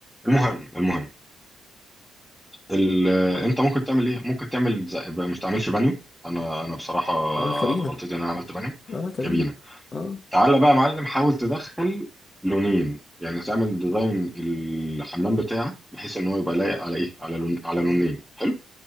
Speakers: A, in the centre; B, on the left.
A: المهم المهم ال... آه، انت ممكن تعمل ايه ممكن تعمل زي... مش تعملش بانيو انا انا بصراحه
B: عامل كابينة
A: غلطتي ان انا عملت بانيو
B: لا لا كابينة
A: كابينه
B: اه
A: تعالى بقى يا معلم حاول تدخل لونين يعني تعمل ديزاين الحمام بتاعك بحيث ان هو يبقى لايق على ايه على لون على لونين حلو